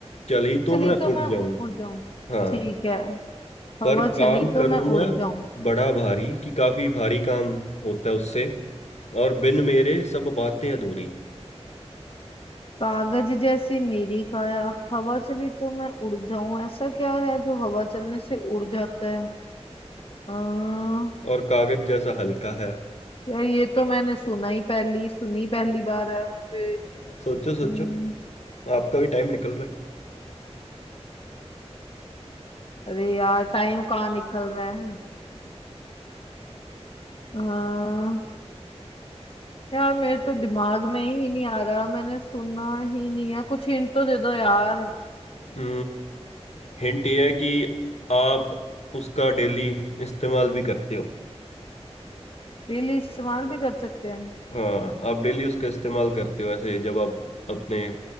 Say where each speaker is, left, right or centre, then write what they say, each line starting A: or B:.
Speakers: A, on the left (about 75°); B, on the left (about 50°).
A: चली तो
B: चली
A: मैं
B: तो मैं
A: उड़
B: उ-
A: जाऊं
B: उड़ जाऊं
A: हाँ
B: ठीक है हवा
A: पर
B: चली
A: काम करूं
B: तो मैं उड़
A: मैं
B: जाऊं
A: बड़ा भारी कि काफी भारी काम होता है उससे और बिन मेरे सब बातें अधूरी
B: कागज जैसी मेरी काया हवा चली तो मैं उड़ जाऊं ऐसा क्या है जो हवा चलने से उड़ जाता है अः
A: और कागज जैसा हल्का है
B: यार ये तो मैंने सुना ही पहली सुनी पहली बार है मुझे
A: सोचो
B: अम्म,
A: सोचो आपका भी टाइम निकल रहा
B: अरे यार टाइम कहाँ निकल रहा है अः यार मेरे तो दिमाग में ही नहीं आ रहा मैंने सुना ही नहीं है कुछ हिंट तो दे दो यार
A: है हिंट ये है कि आप उसका डेली इस्तेमाल भी करते हो
B: डेली इस्तेमाल भी कर सकते हैं
A: हाँ आप डेली उसका इस्तेमाल करते हो ऐसे जब आप अपने